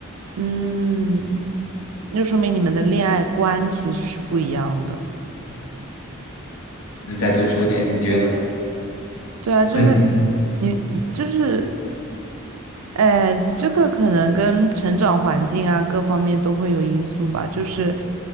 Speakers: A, on the right; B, on the left.
A: 嗯那就说明你们的恋爱观其实是不一样的。
B: 你再多说点，你觉得呢？
A: 对啊，就是
B: 分析一下。
A: 你就是哎，这个可能跟成长环境啊各方面都会有因素吧。就是，